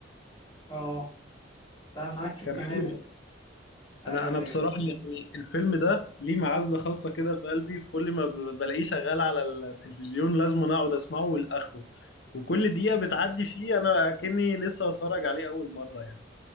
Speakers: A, on the left; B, on the left.
A: اه لا انا عكسك
B: كان
A: تماما
B: حلو
A: ايوه
B: انا انا
A: ايوه
B: بصراحة يعني الفيلم ده ليه معزة خاصة كده في قلبي في كل ما ب- بلاقيه شغال على التلفزيون لازم انا اقعد اسمعه لاخره وكل دقيقة بتعدي فيه انا كأني لسه بتفرج عليه اول مرة يعني